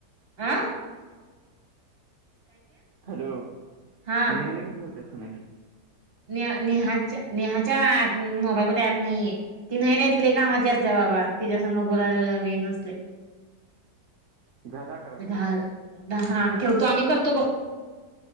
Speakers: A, on the right (about 35°); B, on the right (about 55°).
A: आं
B: हॅलो
A: हा
B: नहाला कीन बोलत सुनाश
A: ने नेहाच्या नेहाच्याप मोबाईलमध्येध्ये ऍप नाहीये ती नरहतील एक कामाची असते बाबा तिच्यास बोलायला वे नसले
B: झालं अकरा
A: विधार
B: मिनिट
A: हा ठेवतो आणि करतो बघ